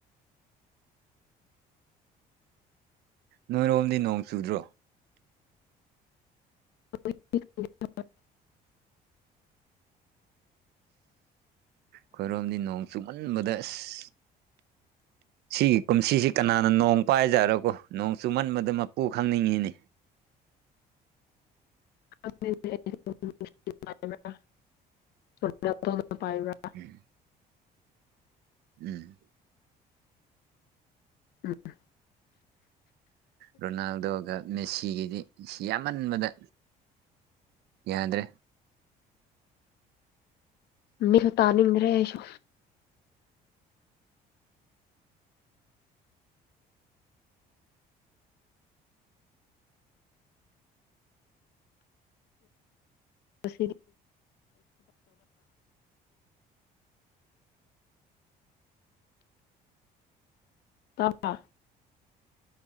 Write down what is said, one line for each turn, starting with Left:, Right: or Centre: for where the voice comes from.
Right: ꯅꯣꯏꯔꯣꯝꯗꯤ ꯅꯣꯡ ꯆꯨꯗ꯭ꯔꯣ
Left: <unintelligible>
Right: ꯈꯣꯏꯔꯣꯝꯗꯤ ꯅꯣꯡ ꯆꯨꯝꯃꯟꯕꯗ ꯑꯁ ꯁꯤꯒꯤ ꯀꯨꯝꯁꯤꯁꯤ ꯀꯅꯥꯅ ꯅꯣꯡ ꯄꯥꯏꯖꯥꯔꯣꯀꯣ ꯅꯣꯡ ꯆꯨ ꯃꯟꯕꯗ ꯃꯄꯨ ꯈꯪꯅꯤꯡꯉꯤꯅꯤ
Left: <unintelligible> ꯕ
Right: ꯎꯝ ꯎꯝ
Left: ꯎꯝ
Right: ꯔꯣꯅꯥꯜꯗꯣꯒ ꯃꯦꯁꯤꯒꯤꯗꯤ ꯌꯥꯝꯃꯟꯕꯗ ꯌꯥꯗ꯭ꯔꯦ
Left: ꯃꯁꯨ ꯇꯥꯅꯤꯡꯗ꯭ꯔꯦꯁꯨ ꯁꯤ ꯇꯕ